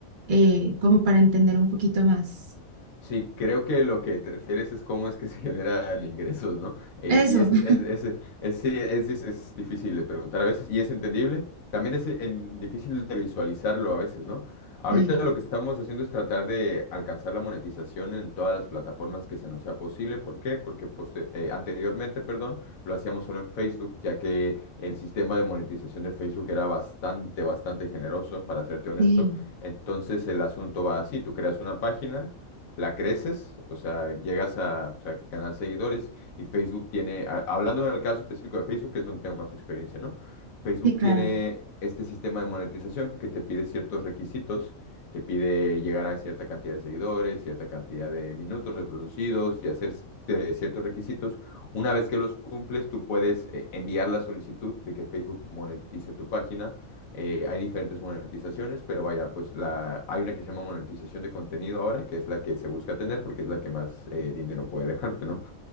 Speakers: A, on the right; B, on the left.
A: eh, como para entender un poquito más.
B: Sí, creo que lo que te refieres es cómo es que se <laughs> generan ingresos, ¿no? Eh,
A: Eso.
B: y es,
A: <laughs>
B: es, es- es- sí, es, es- es difícil de preguntar a veces y es entendible. También es eh, en- difícil de visualizarlo a veces, ¿no? Ahorita
A: Sí,
B: lo que estamos haciendo es tratar de alcanzar la monetización en todas las plataformas que se nos sea posible. ¿Por qué? Porque poste- eh, eh, anteriormente, perdón, lo hacíamos solo en Facebook, ya que el sistema de monetización de Facebook era bastante, bastante generoso, para serte honesto.
A: sí,
B: Entonces el asunto va así, tú creas una página la creces, o sea, llegas a, o sea, ganar seguidores y Facebook tiene, a- hablando en el caso específico de Facebook, que es donde tengo más experiencia, ¿no? Facebook
A: sí, claro.
B: tiene este sistema de monetización que te pide ciertos requisitos, te pide llegar a cierta cantidad de seguidores, cierta cantidad de minutos reproducidos y hacer eh, ciertos requisitos. Una vez que los cumples, tú puedes eh, enviar la solicitud de que Facebook monetice tu página eh, hay diferentes monetizaciones, pero vaya, pues la, hay una que se llama monetización de contenido ahora, que es la que se busca tener porque es la que más eh, dinero puede dejarte, ¿no?